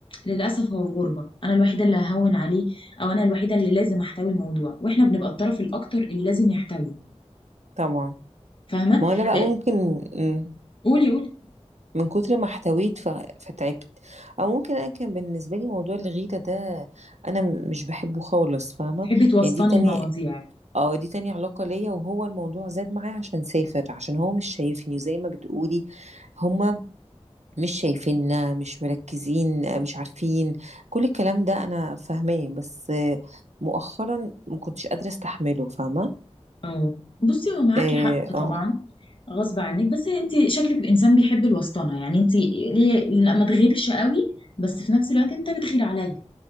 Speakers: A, on the left; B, on the right.
A: للاسف هو في غربه انا الوحيده اللي ههون عليه او انا الوحيده اللي لازم احتوي الموضوع واحنا بنبقى الطرف الاكتر اللي لازم يحتوي
B: طبعا
A: فاهمه
B: ما انا بقى
A: لا
B: ممكن مم.
A: قولي قولي
B: من كتر ما احتويت ف... فتعبت او ممكن انا كان بالنسبه لي موضوع الغيره ده انا م- مش بحبه خالص فاهمه
A: تحبي توسطني
B: يعني دي تاني
A: المواضيع
B: اه دي تاني علاقه ليا وهو الموضوع زاد معايا عشان سافر عشان هو مش شايفني وزي ما بتقولي هما مش شايفيننا مش مركزين مش عارفين كل الكلام ده انا فاهماه بس مؤخرا ما كنتش قادره استحمله فاهمه
A: اه بصي هو معاكي
B: اه
A: حق طبعا غصب عنك بس انت شكلك انسان بيحب الوسطنه يعني انت ليه لا ما تغيرش قوي بس في نفس الوقت انت بتغير عليا